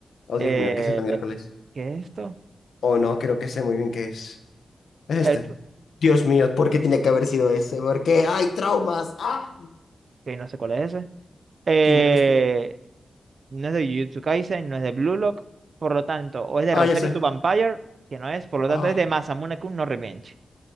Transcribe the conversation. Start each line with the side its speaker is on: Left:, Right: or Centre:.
Left: Oh,
Right: Eh,
Left: Dios mío, ¿qué es este miércoles?
Right: ¿qué es esto?
Left: Oh, no, creo que sé muy bien qué es. Es
Right: El,
Left: este. Dios mío, ¿por qué tenía que haber sido ese? Porque hay traumas. ¡Ah!
Right: que no sé cuál es ese. Eh,
Left: ¿Quién eres tú?
Right: no es de Jujutsu Kaisen, no es de Blue Lock, por lo tanto, o es de
Left: Ah,
Right: Rosario
Left: ya sé.
Right: to Vampire, que no es, por lo
Left: Ah,
Right: tanto es de Masamune-kun no Revenge.